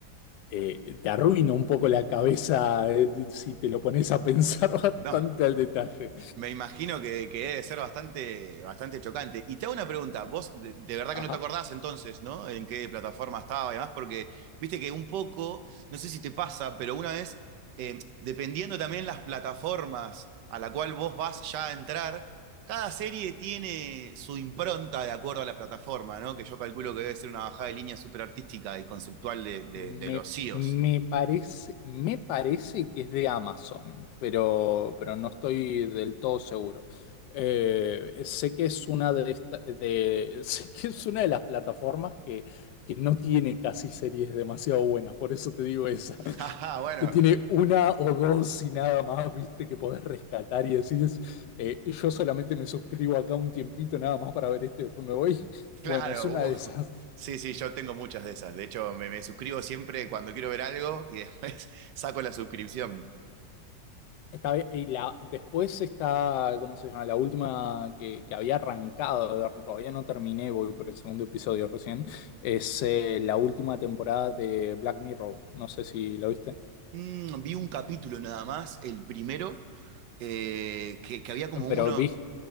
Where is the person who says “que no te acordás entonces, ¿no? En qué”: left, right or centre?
Right